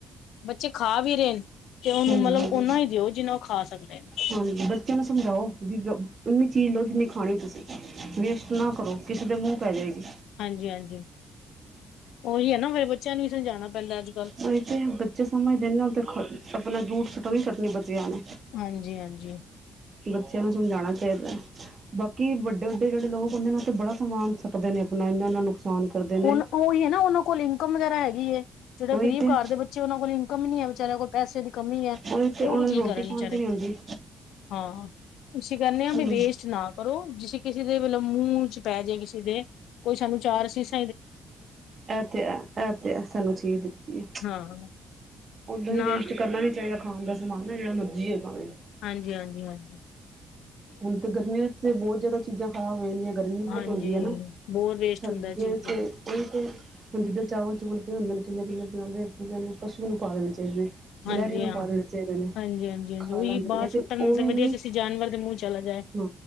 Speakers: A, on the left; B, on the right.
A: ਬੱਚੇ ਖਾ ਵੀ ਰਹੇ ਨੇ ਤੇ ਉਹਨੂੰ
B: ਹਾਂਜੀ
A: ਮਤਲਬ
B: ਹਾਂਜੀ
A: ਨਾ ਹੀ ਦਿਓ ਜਿੰਨਾ ਉਹ ਖਾ ਸਕਦੇ ਨੇ,
B: ਹਾਂਜੀ ਬੱਚਿਆਂ ਨੂੰ ਸਮਝਾਓ, ਵੀ ਉਨੀ ਚੀਜ਼ ਲੋਓ ਜਿੰਨੀ ਖਾਣੀ ਤੁਸੀਂ ਵੀ ਨਾ ਕਰੋ ਕਿਸੇ ਦੇ ਮੂੰਹ ਪੈ ਜਾਵੇਗੀ।
A: ਹਾਂਜੀ-ਹਾਂਜੀ, ਉਹੀ ਹੈ ਨਾ ਫੇਰ ਬੱਚਿਆਂ ਨੂੰ ਹੀ ਸਮਝਾਣਾ ਪੈਂਦਾ ਅੱਜ-ਕੱਲ,
B: ਥ ਬੱਚੇ ਸਮਝਦੇ ਨੇ ਤਾਂ ਆਪਣਾ ਜੂਠ ਸੁਟਣੀ ਸੁਟਣੀ ਬੱਚੀ ਨੇ
A: ਹਾਂਜੀ-ਹਾਂਜੀ,
B: ਬੱਚਿਆਂ ਨੂੰ ਸਮਝਾਉਣਾ ਚਾਹੀਦਾ। ਬਾਕੀ ਵੱਡੇ-ਵੱਡੇ ਜਿਹੜੇ ਲੋਕ ਹੁੰਦੇ ਨੇ, ਉੱਥੇ ਬੜਾ ਸਮਾਨ ਸਕਟਦੇ ਨੇ ਆਪਣਾ ਇੰਨਾ-ਇੰਨਾ ਨੁਕਸਾਨ ਕਰਦੇ ਨੇ,
A: ਹੁਣ ਉਹੀ ਹੈ ਨਾ, ਉਹਨਾਂ ਕੋਲ ਇਨਕਮ ਵਗੈਰਾ ਹੈਗੀ ਐ। ਜਿਹੜੇ
B: ਉਹੀ
A: ਗਰੀਬ
B: ਤੇ
A: ਘਰ ਦੇ ਬੱਚੇ ਉਹਨਾਂ ਕੋਲ ਇਨਕਮ ਹੀ ਨੀ ਹੈ ਵਿਚੇਾਰਿਆਂ ਕੋਲ ਪੈਸੇ ਦੀ ਕਮੀ ਹੈ।
B: ਉਹੀ ਤੇ
A: ਉਹ
B: ਉਹਨਾ
A: ਵੀ ਕੀ
B: ਨੂੰ ਰੋਟੀ
A: ਕਰਨ
B: ਖਾਣ
A: ਵਿਚਾਰੇ
B: ਤੇ ਨੀ ਆਦੀ।
A: ਹਾਂ ਅਸੀ ਕਹਿੰਨੇ ਆਂ, ਬਈ
B: ਹਾਂਜੀ
A: ਵੇਸਟ ਨਾ ਪਰ ਔ, ਜਿਸਂ ਕਿਸੇ ਦੇ ਵਤਲਬ ਮੂੰਹ ਚ ਪੈ ਜੇ ਕਿਸੇ ਦੇ ਕੋਈ ਸਾਨੂੰ ਚਾਰ ਅਸੀਸ
B: ਐ ਤੇ ਹੈ, ਐ ਤੇ ਹੈ, ਸਾਨੂੰ ਚੀਜ਼ ਦਿੱਤੀ ਏ।
A: ਹਾਂ
B: ਓਦਾਂ ਵੀ
A: ਨਾ
B: ਵੇਸਟ ਕਰਨਾ ਨੀ ਚਾਹੀਦਾ, ਖਾਣ ਦਾ ਸਮਾਨ ਨਾ, ਜਿਹੜਾ ਮਰਜੀ ਹੋ ਭਾਵੇਂ।
A: ਹਾਂਜੀ-ਹਾਂਜੀ-ਹਾਂਜੀ,
B: ਹੁਣ ਤੇ ਗਰਮੀਆਂ ਵਿਚ ਤੇ ਬਹੁਤ ਜ਼ਿਆਦਾ, ਚੀਜ਼ਾਂ ਖ਼ਰਾਬ ਹੋ ਜਾਂਦੀਆਂ, ਗਰਮੀ ਬਹੁਤ
A: ਹਾਂਜੀ
B: ਹੁੰਦੀ ਹੈ ਨਾ,
A: ਬਹੁਤ ਵੇਸਟ
B: ਸਰਦੀਆਂ
A: ਹੁੰਦਾ ਚੀਜ਼
B: ਚ ਉਹੀ ਤੇ, ਹੁਣ ਜਿੱਦਾਂ ਚਾਵਲ ਚੋਵਲ ਪਦੇ ਨੇ ਕਿੰਨੇ-ਕਿੰਨੇ ਦਿਨਾਂ ਦੇ, ਪਸ਼ੂ ਨੂੰ ਪਾ ਦੇਣੇ ਚਾਹੀਦੇ।
A: ਹਾਂਜੀ
B: ਗਿਲਹੈਰੀ ਨੂੰ
A: ਹਾਂ।
B: ਪਾ ਦੇਣੇ ਚਾਹੀਦੇ ਨੇ,
A: ਹਾਂਜੀ ਹਾਂਜੀ ਹਾਂਜੀ
B: ਖਾ
A: ਉਹੀ
B: ਲੈਂਦੇ
A: ਬਾਹਰ
B: ਨੇ, ਲੇਕਿਨ
A: ਸੁੱਟਣ
B: ਉਹ
A: ਨੂੰ ਤੇ
B: ਵੀ
A: ਵਧੀਆ
B: ਨਹੀ
A: ਕਿਸੇ ਜਾਨਵਰ ਦੇ ਮੂੰਹ ਚ ਚਲਾ ਜਾਏ।
B: ਹਾਂ